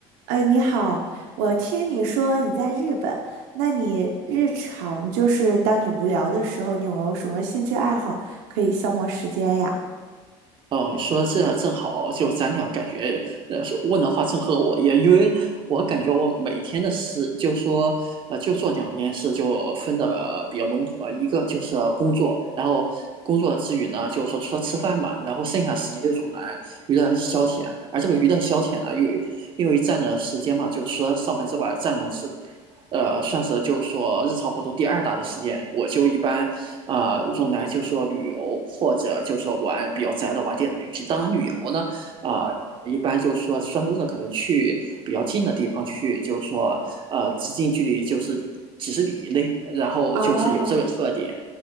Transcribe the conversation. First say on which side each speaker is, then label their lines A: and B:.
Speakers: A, on the right (about 85°); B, on the right (about 40°).
A: 呃，你好，我听你说你在日本，那你日常就是当你无聊的时候，你有没有什么兴趣爱好可以消磨时间呀？
B: 哦，你说这正好，就咱俩感觉，呃，问的话正合我意，因为我感觉我每天的事，就说，呃，就做两件事，就分的比较笼统了，一个就是工作，然后工作之余呢，就是说除了吃饭嘛，然后剩下时间就用来娱乐消遣，而这个娱乐消遣呢，因为因为占着时间嘛，就除了上班之外，占用是呃，算是就是说日常活动第二大的时间，我就一般啊、呃用来就是说旅游，或者就说玩比较宅的玩电子游戏。当然，旅游呢，啊、呃一般就是说双休日可能去比较近的地方去，就是说呃，直径距离就是几十里以内，然后就是有这个特点，
A: 哦